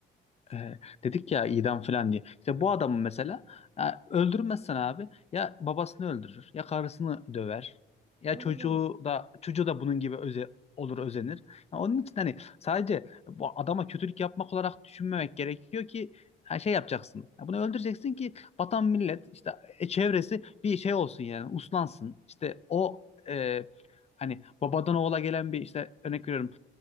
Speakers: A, on the left; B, on the right.
A: E, dedik ya idam falan diye. İşte
B: Hı
A: bu
B: hı.
A: adamı mesela ya öldürmezsen abi ya babasını öldürür ya karısını döver ya
B: Aynen
A: çocuğu
B: öyle.
A: da çocuğu da bunun gibi öze, olur özenir. Ya onun için hani sadece bu adama kötülük yapmak olarak düşünmemek gerekiyor ki her şey yapacaksın. Ya bunu öldüreceksin ki vatan millet işte e, çevresi bir şey olsun yani uslansın. İşte o e, hani babadan oğula gelen bir işte örnek veriyorum